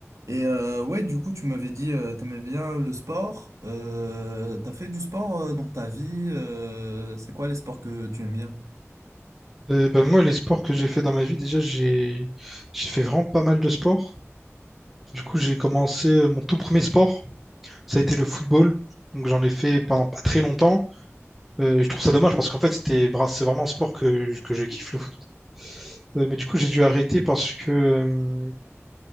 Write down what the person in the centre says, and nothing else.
Euh, ben moi, les sports que j'ai fait dans ma vie, déjà, j'ai j'ai fait vraiment pas mal de sports. Du coup, j'ai commencé euh, mon tout premier sport, ça a été le football. Donc, j'en ai fait pendant pas très longtemps. Euh, et je trouve ça dommage parce qu'en fait, c'était vra- c'est vraiment un sport que, que je kiffe le foot. Euh, mais du coup, j'ai dû arrêter parce que, euh,